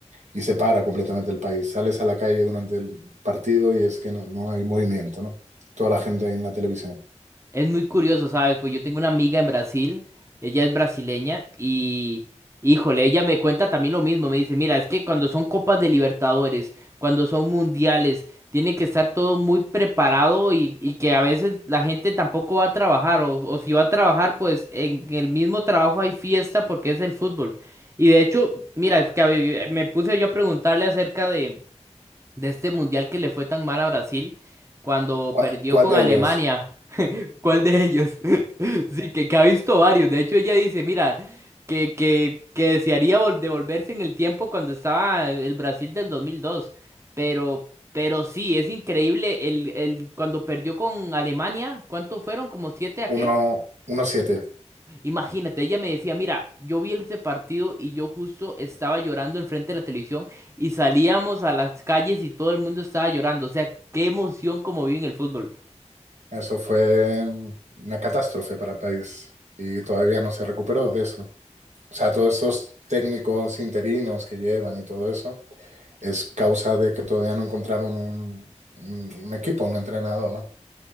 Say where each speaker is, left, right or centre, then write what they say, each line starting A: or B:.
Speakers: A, on the right; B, on the right.
A: Y se para completamente el país. Sales a la calle durante el partido y es que no, no hay movimiento, ¿no? Toda la gente ahí en la televisión.
B: Es muy curioso, ¿sabes? Pues yo tengo una amiga en Brasil, ella es brasileña y, híjole, ella me cuenta también lo mismo, me dice, mira, es que cuando son copas de Libertadores, cuando son mundiales, tiene que estar todo muy preparado y, y que a veces la gente tampoco va a trabajar o, o si va a trabajar, pues en el mismo trabajo hay fiesta porque es el fútbol. Y de hecho, mira, es que a ve- me puse yo a preguntarle acerca de, de este mundial que le fue tan mal a Brasil cuando
A: ¿Cuál,
B: perdió
A: cuál
B: con
A: de
B: Alemania.
A: ellos?
B: ¿Cuál de ellos? <laughs> Sí, que, que ha visto varios. De hecho, ella dice, mira, que, que, que desearía vol- devolverse en el tiempo cuando estaba el Brasil del 2002. Pero, pero sí, es increíble el, el, cuando perdió con Alemania, ¿cuántos fueron? ¿Como siete
A: <laughs>
B: a
A: Uno,
B: qué?
A: uno siete.
B: Imagínate, ella me decía, mira, yo vi ese partido y yo justo estaba llorando enfrente de la televisión y salíamos a las calles y todo el mundo estaba llorando. O sea, qué emoción como viven el fútbol.
A: Eso fue una catástrofe para el país y todavía no se recuperó de eso. O sea, todos esos técnicos interinos que llevan y todo eso es causa de que todavía no encontraron un, un- un equipo, un entrenador, ¿no?